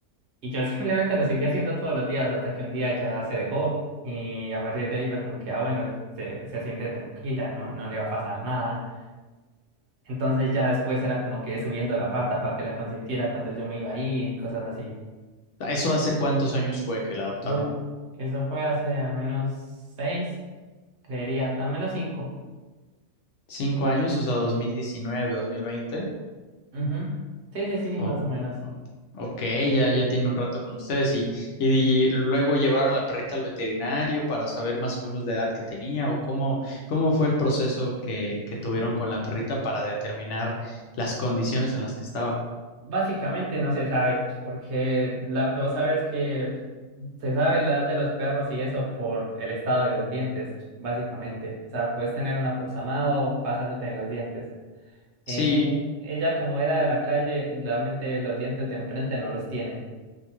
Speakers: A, on the right; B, on the left.
A: Y yo <laughs> simplemente lo seguía haciendo todos los días hasta que un día ya se dejó y a partir de ahí fue como que, ah, bueno, se, se siente tranquila, no, no le va a pasar nada. Entonces ya después era como que subiendo la pata para que la consintiera cuando yo me iba a ir y cosas así.
B: ¿Eso hace cuántos años fue que la adoptaron?
A: Uh, eso fue hace al menos seis, creería, al menos cinco.
B: ¿Cinco años? O sea, 2019, 2020.
A: Ujú. Sí, sí, sí,
B: O-
A: más o menos.
B: ok, ya, ya tiene un rato con ustedes y, y luego llevaron la perrita al veterinario para saber más o menos la edad que tenía o cómo, cómo fue el proceso que, que tuvieron con la perrita para determinar las condiciones en las que estaba.
A: Básicamente no se sabe, porque la, vos sabes que se sabe la edad de los perros y eso por el estado de los dientes, básicamente. O sea, puedes tener un aproximado basándote en los dientes.
B: Sí,
A: Eh, ella, como era de la calle, realmente los dientes de enfrente no los tiene.